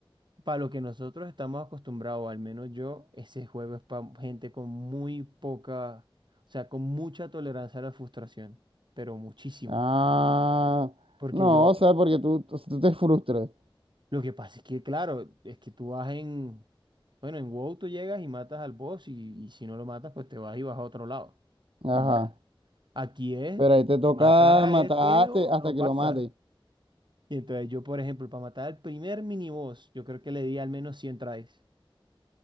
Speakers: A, on the right (about 55°); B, on the right (about 85°).
A: Para lo que nosotros estamos acostumbrados, al menos yo, ese juego es para gente con muy poca, o sea, con mucha tolerancia a la frustración, pero muchísima.
B: Ah,
A: Porque
B: no,
A: yo,
B: o sea, porque tú, o sea, tú te frustras.
A: lo que pasa es que, claro, es que tú vas en, bueno, en WoW tú llegas y matas al boss y, y si no lo matas, pues te vas y vas a otro lado.
B: Ajá.
A: Y ya. Aquí es,
B: Pero ahí te
A: tú
B: toca
A: matas a
B: matarte
A: este o
B: hasta
A: no
B: que
A: pasa.
B: lo mate.
A: Y entonces yo, por ejemplo, para matar al primer miniboss, yo creo que le di al menos 100 tries.